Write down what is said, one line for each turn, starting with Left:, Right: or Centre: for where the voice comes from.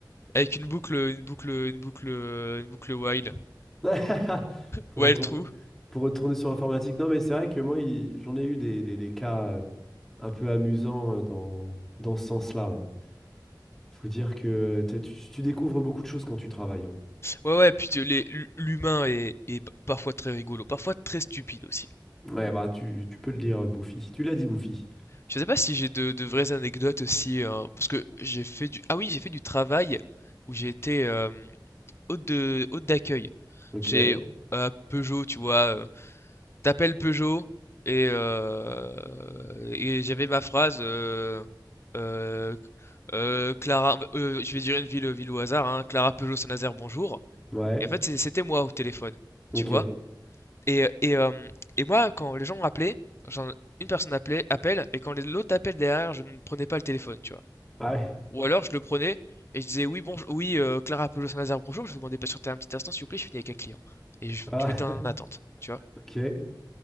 Left: Avec une boucle, une boucle, une boucle, une boucle while.
Centre: <laughs> Pour
Left: While
Centre: retour-
Left: true.
Centre: pour retourner sur l'informatique, non mais c'est vrai que moi il- j'en ai eu des, des, des cas euh, un peu amusants euh, dans, dans ce sens-là. hein. Faut dire que t'as- tu, tu découvres beaucoup de choses quand tu travailles. hein.
Left: Ouais, ouais, puis tu- les- l'humain est, est p- parfois très rigolo, parfois très stupide aussi.
Centre: Ouais, bah tu, tu peux le dire, Bouffy. Tu l'as dit, Bouffy.
Left: Je sais pas si j'ai de, de vraies anecdotes aussi, hein, parce que j'ai fait du... Ah oui, j'ai fait du travail où j'ai été euh, hôte de, hôte d'accueil.
Centre: Ok.
Left: J'ai à Peugeot, tu vois, euh, T'appelles Peugeot et, euh, et j'avais ma phrase euh, euh, euh, Clara, euh, je vais dire une ville, ville au hasard, hein, Clara Peugeot Saint-Nazaire, bonjour.
Centre: Ouais.
Left: Et en fait, c'est- c'était moi au téléphone,
Centre: Ok.
Left: tu vois. Et, et, euh, et moi, quand les gens appelaient, genre, une personne appelait, appelle, et quand les- l'autre appelle derrière, je ne prenais pas le téléphone, tu vois.
Centre: Ah ouais.
Left: Ou alors, je le prenais et je disais oui, bonjour, oui, euh, Clara Peugeot Saint-Nazaire, bonjour, je vous demandais pas sur un petit instant, s'il vous plaît, je finis avec un client. Et je,
Centre: Ah,
Left: je m'étais en attente, tu vois.
Centre: ok.